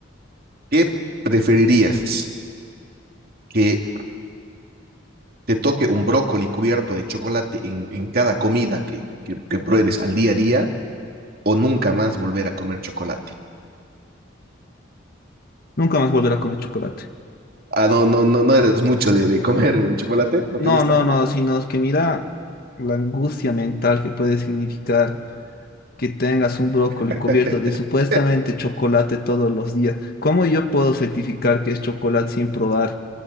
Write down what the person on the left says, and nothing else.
Nunca más volver a comer chocolate.
No,
no, no, sino es que mira la angustia mental que puede significar que tengas un brócoli
cubierto de supuestamente chocolate todos los días. ¿Cómo yo puedo certificar que es chocolate sin probar?